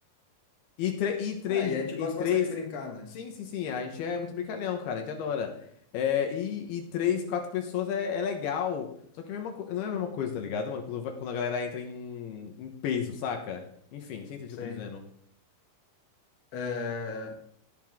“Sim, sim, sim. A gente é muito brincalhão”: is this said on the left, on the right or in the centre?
Left